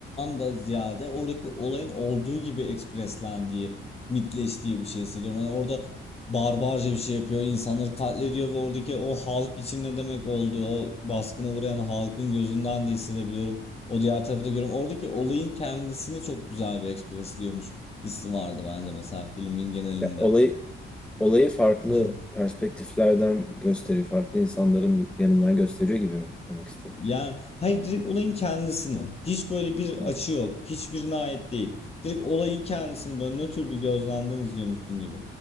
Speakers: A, on the left; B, in the centre.
A: da ziyade oradaki olayın olduğu gibi ekspreslendiği, mitleştiği bir şey hissediyorum. Hani orada barbarca bir şey yapıyor, insanları katlediyor ve oradaki o halk için ne demek olduğu, o baskına uğrayan halkın gözünden de hissedebiliyorum. O diğer tarafı da görüyorum. Oradaki olayın kendisini çok güzel bir ekspresliyormuş hissi vardı bence mesela filmin genelinde.
B: Ya, olayı olayı farklı
A: <laughs>
B: perspektiflerden gösteriyor, farklı insanların yanından gösteriyor gibi mi demek istedim?
A: Yani hayır direkt olayın kendisini. Hiç böyle bir açı
B: Hı.
A: yok. Hiçbirine ait değil. Direkt olayın kendisini böyle nötr bir gözlemden izliyormuşsun gibi.